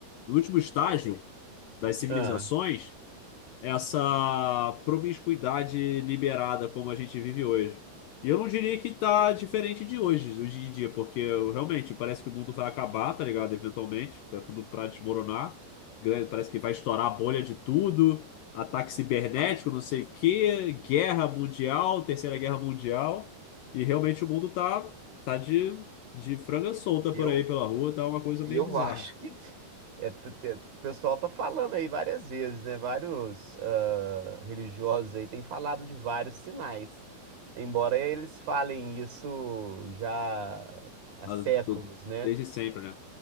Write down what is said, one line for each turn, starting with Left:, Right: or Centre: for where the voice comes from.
Left: no último estágio das civilizações
Right: Ah.
Left: essa promiscuidade liberada como a gente vive hoje. E eu não diria que tá diferente de hoje, hoje em dia, porque eu, realmente parece que o mundo vai acabar, tá ligado? Eventualmente, tá tudo pra desmoronar. Grande- Parece que vai estourar a bolha de tudo, ataque cibernético, não sei o quê, guerra mundial, terceira guerra mundial. E realmente o mundo tá, tá de, de franga solta
Right: Eu
Left: por aí pela rua, tá uma coisa
Right: E
Left: meio
Right: eu
Left: bizarra.
Right: <laughs> acho que É, t- t- o pessoal tá falando aí várias vezes, né? Vários ah, religiosos aí têm falado de vários sinais. Embora eles falem isso já há
Left: Ah,
Right: séculos,
Left: do-
Right: né?
Left: Desde sempre, né?